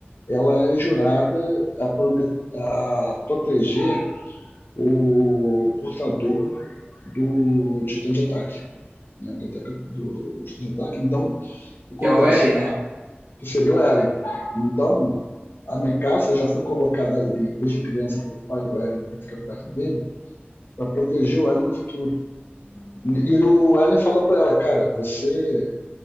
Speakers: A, on the left (about 60°); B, on the right (about 70°).
A: ela é jurada a, promet, a proteger o portador do titã de ataque. Né, do, ataque do titã de ataque. Então, o que acontece?
B: Que é o Eren,
A: A,
B: né?
A: que seria o Eren. Então, a Mikaça já foi colocada ali desde criança pelo pai do Eren para ficar perto dele, para proteger o Eren no futuro. E o Eren fala para ela, cara, você